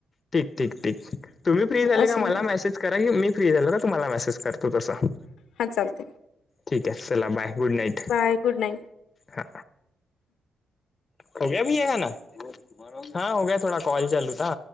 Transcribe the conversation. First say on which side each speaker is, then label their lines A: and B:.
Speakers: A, on the left; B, on the left.
A: ठीक ठीक ठीक तुम्ही फ्री झाली
B: असं
A: का मेसेज करा की मी फ्री झालो का तुम्हाला मेसेज करतो तसं.
B: हां चालते.
A: ठीक आहे चला bye good night
B: bye good night
A: हा. होग्या भैया खाना तुम्हारा हा होगया थोडा कॉल चालूथा.